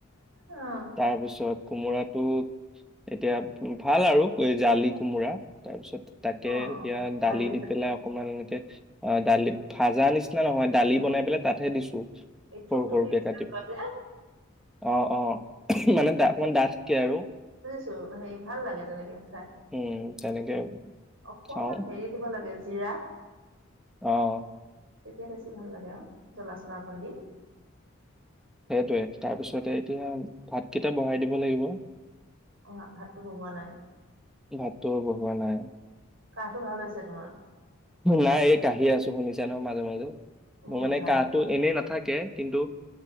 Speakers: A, on the right; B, in the centre.
A: অ
B: তাৰপিছত কোমোৰাটো এতিয়া, ভাল আৰু এই জালি কোমোৰা, তাৰ পিছত তাকে,
A: অ
B: এতিয়া
A: অ ভাজি
B: দালি দি পেলাই অকমান এনেকে অ', দালি, ভাজাৰ নিচনা নহয়, দালি বনাই পেলে তাতহে দিছো,
A: এই থুপথুপীয়া
B: সৰু সৰুকে
A: নিচিনা
B: কাটি
A: হয়
B: অ',
A: যে
B: অ'। মানে ডা অকন ডাঠকে আৰু।
A: ছো হেৰি ভাল লাগে তেনেকে। খাই
B: উম। তেনেকে
A: অকমান
B: খাওঁ
A: হেৰি দিব লাগে য জিৰা।
B: অহ।
A: তেতিয়া বেছি ভাল লাগে আৰু। জ্বলা চলা অকণ দি।
B: সেইটোৱে তাৰপিছতেই এতিয়া ভাতকেইটা বঢ়াই দিব লাগিব।
A: অ', ভাতটো বহোৱা নাই।
B: ভাতটো বহোৱা নাই।
A: কাঁহটো ভাল হৈছে তোমাৰ?
B: নাই এই কাঁহি আছো, শুনিছ যেনম মাজে মাজে।
A: অ
B: মোৰ মানে
A: ভাই
B: কাঁহটো এনেই নাথাকে। কিন্তু